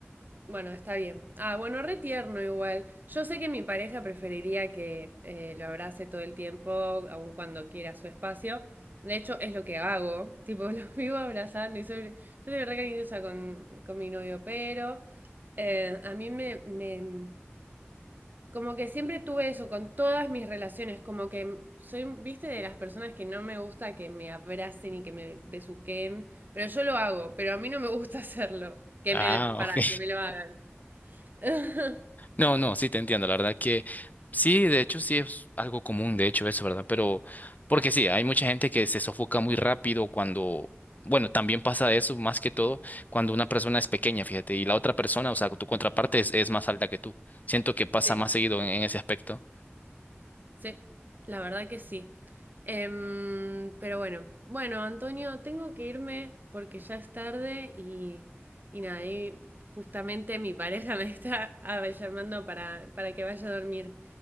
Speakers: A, on the right; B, on the left.
A: bueno, está bien. Ah, bueno, re tierno igual. Yo sé que mi pareja preferiría que eh, lo abrace todo el tiempo, aun cuando quiera su espacio. De hecho, es lo que hago. Tipo, <laughs> lo vivo abrazando y soy, yo soy re cariñosa con, con mi novio, pero eh, a mí me, me, Como que siempre tuve eso con todas mis relaciones, como que soy, viste, de las personas que no me gusta que me abracen y que me besuquen, pero yo lo hago, pero a mí no me gusta <laughs> hacerlo, que
B: Ah,
A: me, para
B: ok.
A: que me lo hagan. <laughs>
B: No, no, sí te entiendo, la verdad que sí, de hecho sí es algo común, de hecho eso, ¿verdad? Pero porque sí, hay mucha gente que se sofoca muy rápido cuando, bueno, también pasa eso más que todo cuando una persona es pequeña, fíjate, y la otra persona, o sea, tu contraparte es, es más alta que tú. Siento que pasa
A: Sí,
B: más seguido en en ese aspecto.
A: sí, la verdad que sí. Em, pero bueno, bueno, Antonio, tengo que irme porque ya es tarde y, y nada, y justamente mi pareja <laughs> me está ah, llamando para, para que vaya a dormir.